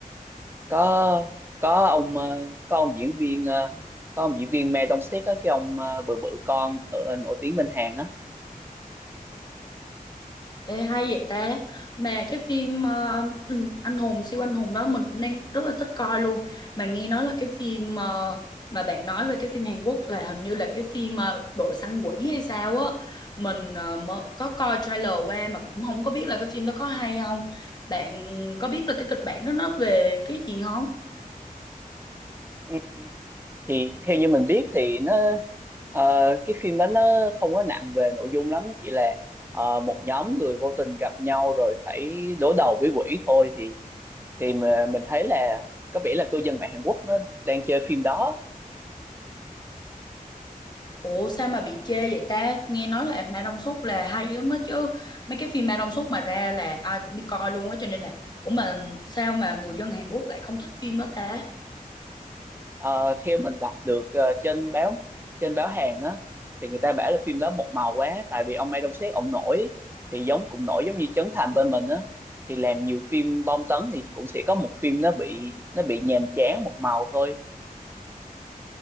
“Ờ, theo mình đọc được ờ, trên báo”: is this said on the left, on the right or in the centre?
Right